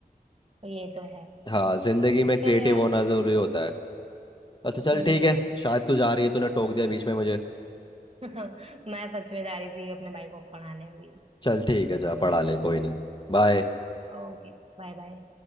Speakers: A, on the right (about 35°); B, on the left (about 30°).
A: ये तो है
B: हाँ जिंदगी में क्रिएटिव
A: चल यार
B: होना जरूरी होता है अच्छा चल
A: हम्म
B: ठीक है शायद तू जा रही है तूने टोक दिया बीच में मुझे
A: <laughs> मैं फंस में जा रही थी अपने भाई को पढ़ाने अभी
B: चल ठीक है जा पढ़ा ले कोई नहीं बाय
A: ओके Bye bye